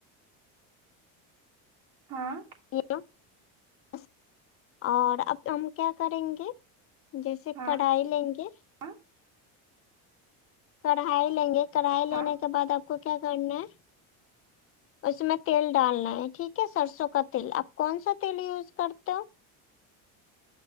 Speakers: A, on the right (about 45°); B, on the left (about 35°).
A: ہاں
B: <unintelligible> اور اب ہم کیا کریں گے جیسے
A: ہاں
B: کڑھائی لیں گے
A: ہاں
B: کڑھائی لیں گے کڑھائی لینے
A: ہاں
B: کے بعد آپ کو کیا کرنا ہے اس میں تیل ڈالنا ہے ٹھیک ہے سرسوں کا تیل آپ کون سا تیل یوز کرتے ہو